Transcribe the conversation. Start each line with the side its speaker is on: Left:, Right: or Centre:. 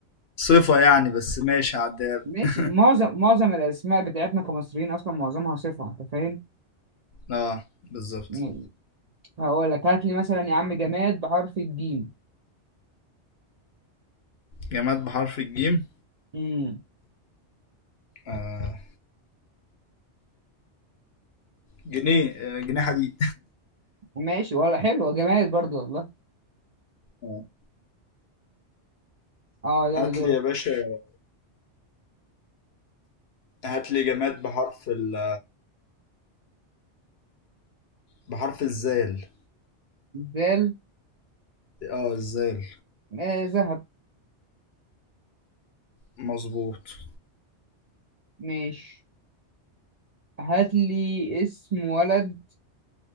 Left: صفة يعني بس ماشي هعديها
Right: ماشي
Left: لك
Right: معظم معظم الأسماء بتاعتنا كمصريين أصلا معظمها صفة أنت فاهم؟
Left: اه بالظبط
Right: م- هقول لك هات لي مثلا يا عم جماد بحرف الجيم
Left: جماد بحرف الجيم
Right: امم
Left: آه. جنيه آه، جنيه حديد
Right: ماشي ولا حلوة جماد برضو والله
Left: <laughs> آه.
Right: اه يلا
Left: هات
Right: دورك
Left: لي يا باشا هات لي جماد بحرف ال بحرف الزال
Right: زال
Left: اه الزال
Right: آه ذهب
Left: مظبوط
Right: ماشي هات لي اسم ولد